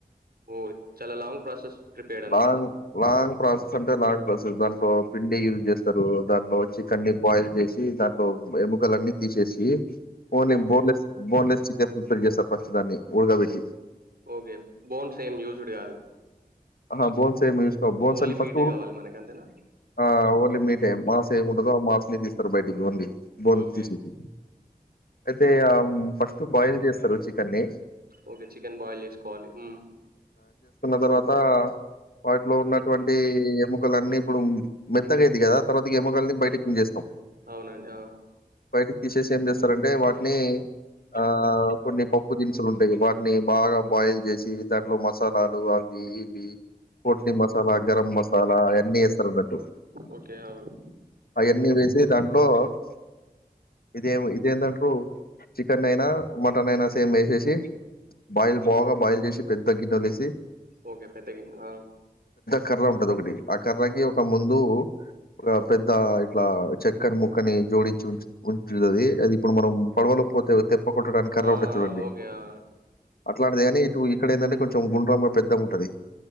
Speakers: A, on the right; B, on the left.
A: ఓ చాలా లాంగ్ ప్రాసెస్ ప్రిపేర్డ్ అన్నమాట
B: లాంగ్ లాంగ్ ప్రాసెస్ అంటే లాంగ్ క్లాస్స్ దాట్లో పిండి యూజ్ చేస్తారు దానిలో వచ్చి గే బాయిల్ చేసి దాంట్లో ఎముకలన్నీ తీసేసి
A: ఓకే
B: బోన్లేస్ బోన్లేస్ చికెన్ చేస ఫిస్ట్ దాన్ని ఉడకపెట్టి
A: ఓకే బౌన్సేమ్ యూస్డ్ కాదు
B: ఆహ బోన్సేమీ బోన్స్
A: ఓన్లీ
B: అని ఫస్ట్
A: మీటే కావాలి మనకి అంతేనా
B: అ ఓన్లీ మీ టై మాస ఏమి ఉంటదుో ఆ మాస్ ని తీ బయటికి ఉంది బౌల్
A: ఓకే
B: తీసేటి అయితే ఫస్ట్ బాయిల్ చేస్తారు చికెన్ని
A: ఓకే చికెన్ బాయిల్ చేసుకోవాలి మ్
B: తరువాత వాటిలో ఉన్నటువంటి ఎముకలన్నీ ఇప్పుడు మెత్తగైది కదా తర్వాత ఎముకలని బయటికు చేేస్తాం
A: అవునండి ఆ
B: బయటికి తీసేసి ఏం చేస్తారంటే వాటిని ఆ కొన్ని పప్పు దినుసులు ఉంటాయి వాటిని బాగా బాయిల్ చేసి దాంట్లో మసాలాలు అవి ఎపి పోట్నీ మసాలా గరం మసాలా అవన్నీ వేస్తారున్నట్టు
A: ఓకే అవును
B: అవన్నీ వేసి దాట్ <unintelligible> ఇదేమి ఇదేంటారు చికెన్ అయినా మటన్ అయినా సేమ్ వేసేసి బాయిల్ బాగా బాయిల్ చేసి పెద్ద గిన్నెలు తీసి
A: ఓకే పెద్ద గిన్న
B: కర్ర ఉంటది ఒకటి ఆ కర్రకి ఒక ముందు ఒక పెద్ద ఇట్లా చెక్కని ముక్కని జోడించి ఉ ఉంటుది అది ఇప్పుడు మనం పడవలో పోతే కొట్టడానికి కర్ర
A: ఆ
B: ఉంటుంది చూడండి
A: ఆ, ఓకే ఆ
B: అట్లాంటిది కాని ఇటు ఇక్కడ ఏంటంటే కొంచె గుండ్రాగ పెద్ద ఉ ఉంటది